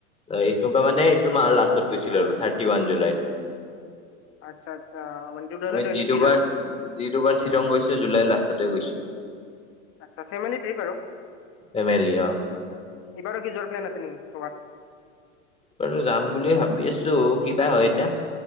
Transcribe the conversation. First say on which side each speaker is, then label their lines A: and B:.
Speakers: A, on the left; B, on the left.
A: এইটো মাহ মানে এইটো মাহৰ লাষ্টত গৈছিলো থাৰ্টি ওৱান জুলাইত।
B: আচ্ছা আচ্ছা মানে টু থাউজেণ্ড
A: আমি
B: টুৱেণ্টি
A: যি
B: থ্ৰীত
A: দুবাৰ
B: আৰু
A: যি দুবাৰ শ্বিলং
B: উম
A: গৈছো জুলাই লাষ্টত তে গৈছো।
B: আচ্ছা ফেমেলি ট্ৰিপ আৰু?
A: ফেমেলি অ।
B: এইবাৰো কি যোৱাৰ প্লেন আছে নেকি ক'ৰবাত?
A: যোৱাটো যাম বুলি ভাবি আছো, কিবা হয় এতিয়া।